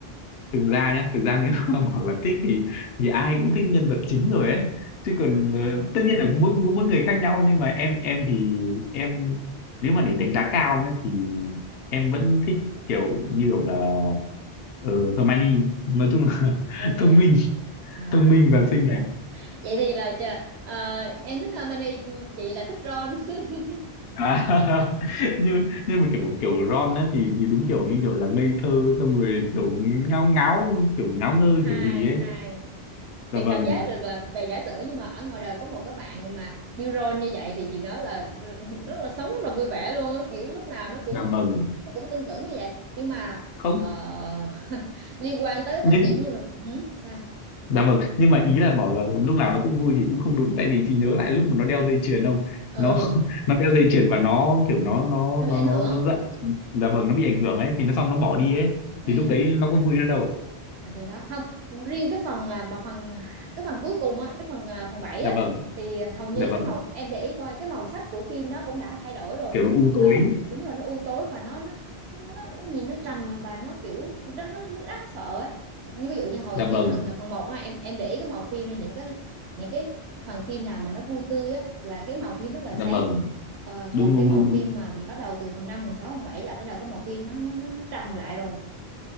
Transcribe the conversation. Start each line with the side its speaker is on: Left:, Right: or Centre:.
Left: thực ra nhé thực ra nếu mà <laughs> bảo là thích thì thì ai cũng thích nhân vật chính rồi ấy chứ còn
Right: À,
Left: ờ, tất nhiên là mỗi mỗi người khác nhau nhưng mà em em thì em nếu mà để đánh giá cao nhé thì em vẫn thích kiểu như kiểu là uh, Hermione nói chung là <laughs>
Right: Hermione
Left: thông
Right: hả?
Left: minh
Right: À,
Left: thông minh và xinh đẹp
Right: vậy thì là chờ, ờ, em thích Hermione, chị là thích Ron. <laughs>
Left: à, <laughs> nhưng nhưng mà kiểu kiểu Ron ấy thì thì đúng kiểu như kiểu là ngây thơ xong rồi kiểu ngáo ngáo kiểu ngáo ngơ
Right: Hai,
Left: kiểu gì ấy
Right: hai.
Left: dạ
Right: Chị
Left: vâng
Right: cảm giác được là về giả sử nhưng mà ở ngoài đời có một cái bạn mà như Ron như vậy thì chị nói là r- rất là sống rất là vui vẻ luôn á, kiểu lúc nào nó cũng
Left: dạ vâng
Right: nó cũng tưng tửng như vậy. Nhưng mà
Left: không
Right: ờ, liên quan tới
Left: nhưng
Right: tới kiểu như mà hử? sao
Left: Dạ vâng, nhưng mà ý là bảo là lúc nào nó cũng vui thì cũng không đúng tại vì chị nhớ lại lúc mà nó đeo dây chuyền không?
Right: ừ
Left: Nó <laughs> nó đeo dây chuyền và nó kiểu nó nó
Right: nó bị
Left: nó
Right: ảnh
Left: nó
Right: hưởng
Left: nó giận. Dạ vâng, nó bị ảnh hưởng ấy thì nó xong nó bỏ đi ấy
Right: ừ
Left: thì lúc đấy nó có vui nữa đâu.
Right: À, thì đó không riêng cái phần à, mà phần cái phần cuối cùng á cái phần à, phần bảy
Left: Dạ
Right: á
Left: vâng,
Right: thì hầu như
Left: dạ vâng,
Right: cái màu em để ý coi cái màu sắc của phim nó cũng đã thay đổi rồi
Left: kiểu nó u tối.
Right: Ờ, đúng là nó u tối và nó nó nó nhìn nó trầm và nó kiểu nó, nó đáng sợ á. như ví dụ như hồi
Left: Dạ vâng,
Right: cái phần à, phần một á em em để ý cái màu phim này những cái những cái phần phim nào mà nó vui tươi á là cái màu phim rất là
Left: dạ
Right: sáng
Left: vâng,
Right: Ờ,
Left: đúng
Right: còn
Left: đúng
Right: cái màu
Left: đúng đúng.
Right: phim mà bắt đầu từ phần năm phần sáu phần 7 là bắt đầu cái màu phim nó nó nó, nó trầm lại rồi